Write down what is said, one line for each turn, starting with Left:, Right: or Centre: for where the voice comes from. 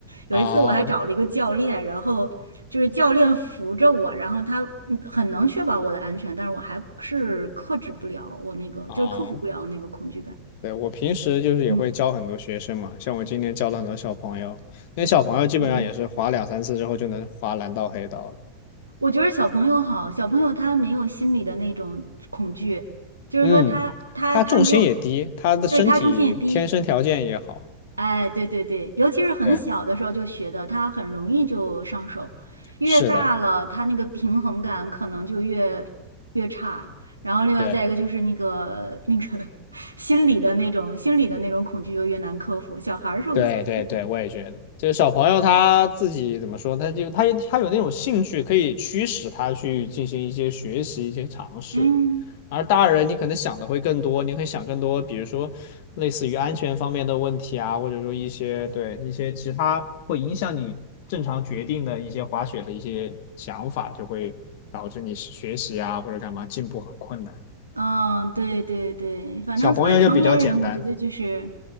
Right: 有一次我还找了一个教练，
Left: 啊
Right: 然后就是教练扶着我，然后他嗯很能确保我的安全，但是我还是克制不了我那个，
Left: 啊，
Right: 就是克服不了那个恐惧感。
Left: 对我平时就是也会教很多学生嘛，
Right: 嗯
Left: 像我今年教了很多小朋友，那小朋友基本上也是滑两三次之后就能滑蓝道黑道了。
Right: 嗯，我觉得小朋友好，小朋友他没有心里的那种恐惧，就是说他他他没有，
Left: 嗯，他重心也低，他的身体天生条件也好。
Right: 对，他重心也低。哎，对对对，尤其是很小的时候就学的，
Left: 对，
Right: 他很容易就上手，越大了，
Left: 是的。
Right: 他那个平衡感可能就越越差。然后另外再一个就是那个那个
Left: 对。
Right: <laughs> 心理的那种心理的那种恐惧就越难克服，小孩儿是无所谓的。
Left: 对对对，我也觉得，就是小朋友他自己怎么说，他就他他有那种兴趣，可以驱使他去进行一些学习、一些尝试。
Right: 嗯
Left: 而大人，你可能想的会更多，你可以想更多，比如说类似于安全方面的问题啊，或者说一些对一些其他会影响你正常决定的一些滑雪的一些想法，就会导致你学习啊或者干嘛进步很困难。
Right: 嗯，对对对，反正作为成年人，
Left: 小朋友就比较简单。
Right: 我觉得就是，